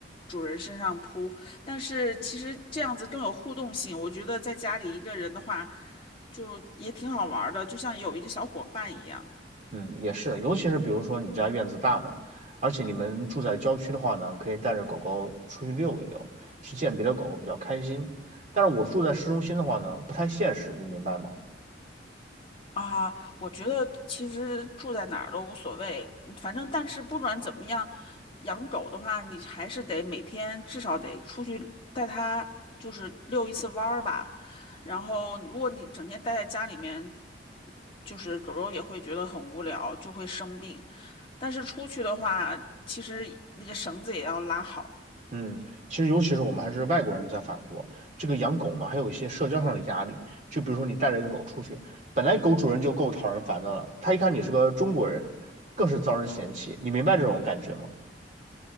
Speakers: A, on the left; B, on the right.
A: 主人身上扑。但是其实这样子更有互动性，我觉得在家里一个人的话，就也挺好玩儿的，就像有一个小伙伴一样。
B: 嗯，也是，尤其是比如说你家院子大嘛，而且你们住在郊区的话呢，可以带着狗狗出去溜一溜，去见别的狗狗比较开心。但是我住在市中心的话呢，不太现实，你明白吗？
A: 啊，我觉得其实住在哪儿都无所谓，反正但是不管怎么样，养狗的话，你还是得每天至少得出去带它，就是遛一次弯儿吧。然后，如果你整天待在家里面，就是狗狗也会觉得很无聊，就会生病。但是出去的话，其实那个绳子也要拉好。
B: 嗯，其实尤其是我们还是外国人在法国，这个养狗呢，还有一些社交上的压力。就比如说你带着一个狗出去，本来狗主人就够讨人烦的了，他一看你是个中国人，更是遭人嫌弃。你明白这种感觉吗？